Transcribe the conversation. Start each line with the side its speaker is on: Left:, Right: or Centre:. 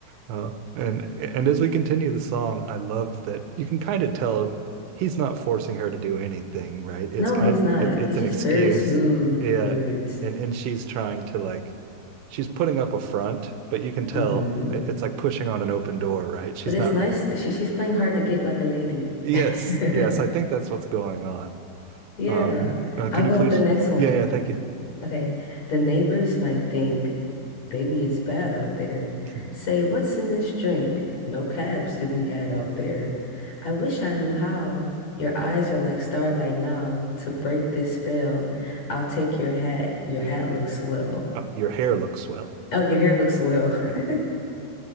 Right: Uh, and and as we continue the song, I love that you can kind of tell he's not forcing her to do anything, right? It's
Left: No,
Right: kind
Left: he's not.
Right: it's it's
Left: He's
Right: an
Left: just
Right: excuse.
Left: very smooth
Right: Yeah.
Left: with words.
Right: And and she's trying to like she's putting up a front, but you can tell
Left: hmm
Right: it- it's like pushing on an open door, right? She's
Left: But it's
Right: not
Left: nice that she, she's playing hard to get like a lady. <laughs>
Right: Yes, yes, I think that's what's going on.
Left: Yeah,
Right: Um, uh, can
Left: I'll go
Right: you please?
Left: with the next one.
Right: Yeah, yeah, thank you.
Left: Okay, the neighbors might think, baby, it's bad out there.
Right: <laughs>
Left: Say, what's in this drink? No cabs to be had out there. I wish I knew how. Your eyes are like starlight now. To break this spell, I'll take your hat. Your hat looks swell.
Right: Uh, your hair looks swell.
Left: Oh, your hair looks swell.
Right: Yeah.
Left: <laughs>